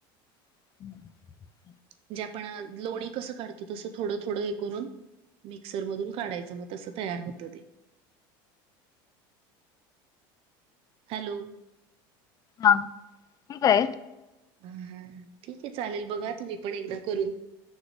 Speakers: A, on the left; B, on the right.
A: <inaudible>
B: म्हणजे आपण लोणी कसं काढतो तसं थोडं -थोडं हे करून मी - सरमधून काढायचं मग तसं तयार होतं ते - हॅलो
A: हा काय -
B: हा- हा ठीक आहे चालेल बघा तुम्ही पण एकदा करून